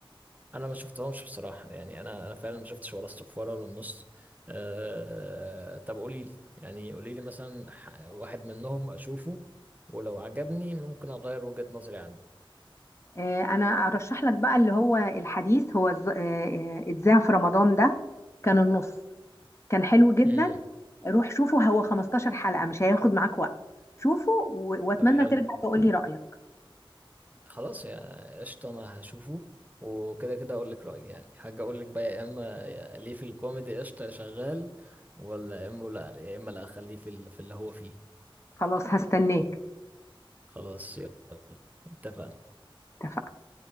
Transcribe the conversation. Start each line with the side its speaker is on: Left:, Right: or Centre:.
Right: انا ما شفتهمش بصراحه يعني انا انا فعلا ما شفتش ولا الصفاره ولا النص أه طب قولي لي يعني قولي لي مثلا ح- واحد منهم اشوفه ولو عجبني ممكن اغير وجهه نظري عنه
Left: آه، انا ارشح لك بقى اللي هو الحديث هو ز- آه، آه، اتذاع في رمضان ده كان النص كان حلو جدا
Right: امم
Left: روح شوفه هو 15 حلقة مش هياخد معاك وقت شوفه و- واتمنى
Right: طب حلو
Left: ترجع تقولي رأيك
Right: خلاص يا قشطه انا هشوفه وكده كده اقول لك رايي يعني حاجه اقول لك بقى يا اما يا- ليه في الكوميدي قشطه يا شغال ولا يا اما لا يا اما لا اخليه في ال- في اللي هو فيه
Left: خلاص هستناك
Right: خلاص يلا اتفقنا
Left: اتفقنا